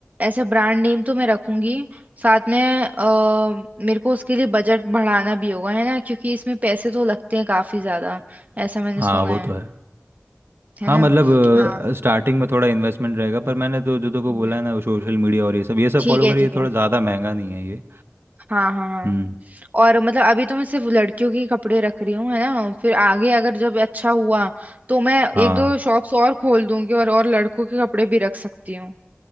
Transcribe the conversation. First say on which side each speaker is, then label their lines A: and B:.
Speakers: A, on the right; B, on the right.
A: ऐसा ब्रांड नेम तो मैं रखूंगी साथ में अ, मेरे को उसके लिए बजट बढ़ाना भी होगा है ना क्योंकि इसमें पैसे तो लगते हैं काफी ज्यादा ऐसा मैंने
B: हाँ
A: सुना
B: वो
A: है
B: तो है
A: है
B: हाँ
A: ना
B: मतलब
A: हाँ
B: स्टार्टिंग में थोड़ा इन्वेस्टमेंट रहेगा पर मैंने तो जो को
A: हम्म,
B: बोला है ना सोशल मीडिया और ये सब ये सब
A: ठीक
B: फॉलो
A: है
B: करिए
A: ठीक है
B: थोड़ा ज़्यादा महंगा नहीं है ये
A: हाँ हाँ हाँ
B: हम्म
A: और मतलब अभी तो मैं सिर्फ लड़कियों के कपड़े रख रही हूँ है ना फिर आगे अगर जब अच्छा हुआ तो मैं एक
B: हाँ
A: दो शॉप्स और खोल दूंगी और और लड़कों के कपड़े भी रख सकती हूँ